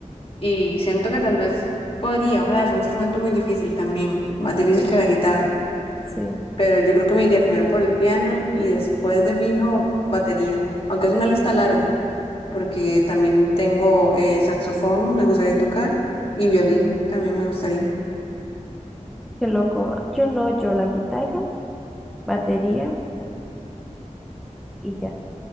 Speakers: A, on the left; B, in the centre.
A: Y siento que tal vez podría, ojalá, es un instrumento muy difícil también, más difícil
B: Ujú.
A: que la guitarra.
B: Sí,
A: Pero yo creo que me iría primero por el piano y después de fijo batería, aunque es una lista larga, porque también tengo eh, saxofón, me gustaría tocar, y violín también me gustaría.
B: qué loco. Yo no, yo la guitarra, batería y ya.